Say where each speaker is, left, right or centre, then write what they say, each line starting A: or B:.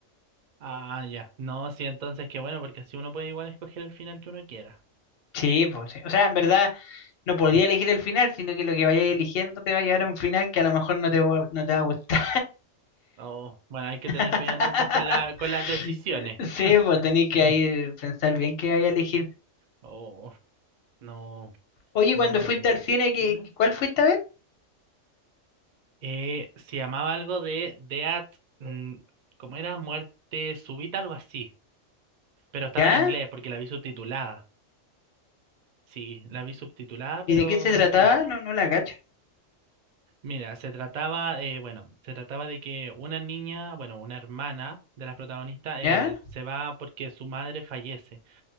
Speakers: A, on the right (about 65°); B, on the left (about 55°).
A: Ah, ya. No, sí, entonces qué bueno, porque así uno puede igual escoger el final que uno quiera.
B: Sí, pues, sí. o sea, en verdad no podía elegir el final, sino que lo que vayas eligiendo te va a llevar a un final que a lo mejor no te, va- no te va a gustar.
A: Oh, bueno, hay que
B: <laughs>
A: tener cuidado entonces con la, con las decisiones.
B: Sí, pues tenéis que
A: <laughs>
B: ahí pensar bien qué vaya a elegir.
A: Oh, no,
B: Oye,
A: no,
B: cuando
A: Dios
B: fuiste
A: mío.
B: al cine, ¿qué,
A: Dime.
B: cuál fuiste a ver?
A: Eh, se llamaba algo de Death, mm, ¿cómo era? Muerte súbita, algo así. Pero estaba
B: ¿Ya?
A: en inglés porque la vi subtitulada. Sí, la vi subtitulada,
B: ¿Y
A: pero
B: de qué se
A: en
B: trataba?
A: español.
B: No, no la cacho.
A: Mira, se trataba, eh, bueno, se trataba de que una niña, bueno, una hermana de las protagonistas
B: ¿Ya?
A: eh, se va porque su madre fallece.